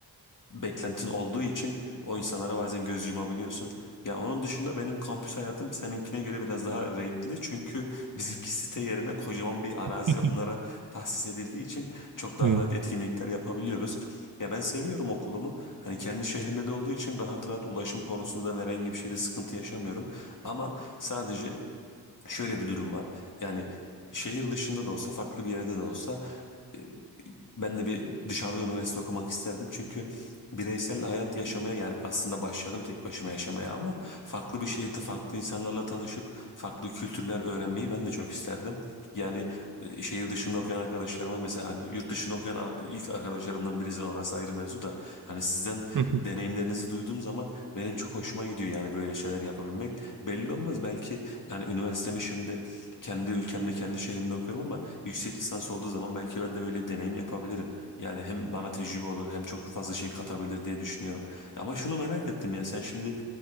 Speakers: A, on the left; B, on the right.
A: beklentin olduğu için o insanlara bazen göz yumabiliyorsun. Ya onun dışında benim kampüs hayatım seninkine göre biraz daha renkli. Çünkü bizimki site yerine kocaman bir arazi
B: <laughs>
A: onlara tahsis edildiği için çok daha
B: Evet.
A: rahat etkinlikler yapabiliyoruz. Ya ben seviyorum okulumu. Hani kendi şehrimde de olduğu için rahat rahat ulaşım konusunda da herhangi bir şeyde sıkıntı yaşamıyorum. Ama sadece şöyle bir durum var. Yani şehir dışında da olsa farklı bir yerde de olsa e, ben de bir dışarıda üniversite okumak isterdim. Çünkü bireysel hayat yaşamaya yani aslında başladım tek başıma yaşamaya ama farklı bir şehirde farklı insanlarla tanışıp farklı kültürler öğrenmeyi ben de çok isterdim. Yani e, şehir dışında okuyan arkadaşlarıma mesela hani yurt dışında okuyan a- ilk arkadaşlarımdan birisi orası ayrı mevzu da hani sizden
B: <laughs>
A: deneyimlerinizi duyduğum zaman benim çok hoşuma gidiyor yani böyle şeyler yapabilmek. Belli olmaz belki yani üniversitemi şimdi kendi ülkemde kendi şehrimde okuyorum ama Yüksek lisans olduğu zaman belki ben de öyle deneyim yapabilirim. Yani hem bana tecrübe olur hem çok fazla şey katabilir diye düşünüyorum. Ama şunu merak ettim ya sen şimdi